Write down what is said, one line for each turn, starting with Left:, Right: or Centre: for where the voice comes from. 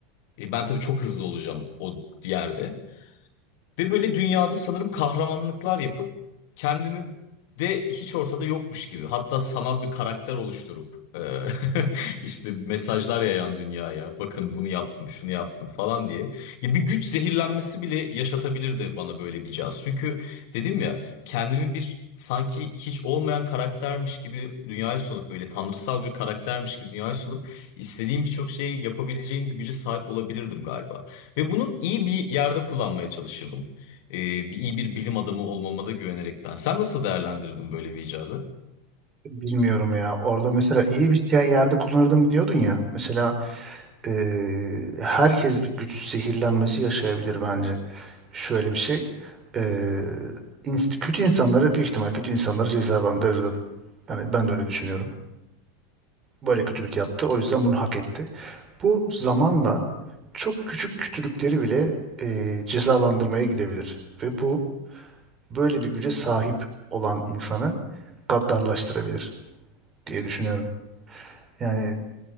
Left: E, ben tabii çok hızlı olacağım o yerde. Ve böyle dünyada sanırım kahramanlıklar yapıp kendimi de hiç ortada yokmuş gibi. Hatta sanal bir karakter oluşturup e, <laughs> işte mesajlar yayan dünyaya. Bakın bunu yaptım, şunu yaptım falan diye. Ya bir güç zehirlenmesi bile yaşatabilirdi bana böyle bir caz. Çünkü dedim ya kendimi bir sanki hiç olmayan karaktermiş gibi dünyaya sunup böyle tanrısal bir karaktermiş gibi dünyaya sunup istediğim birçok şeyi yapabileceğim bir güce sahip olabilirdim galiba. Ve bunu iyi bir yerde kullanmaya çalışırdım. Ee, bir- iyi bir bilim adamı olmama da güvenerekten. Sen nasıl değerlendirdin böyle bir icadı?
Right: Bilmiyorum ya. Orada mesela iyi bir yer- yerde kullanırdım diyordun ya. Mesela e, herkes güç zehirlenmesi yaşayabilir bence. Şöyle bir şey. E, ins- kötü insanları büyük ihtimal kötü insanları cezalandırırdın. Yani ben de öyle düşünüyorum. böyle kötülük yaptı. O yüzden bunu hak etti. Bu zamanla çok küçük kötülükleri bile e, cezalandırmaya gidebilir. Ve bu böyle bir güce sahip olan insanı gaddarlaştırabilir diye düşünüyorum. Yani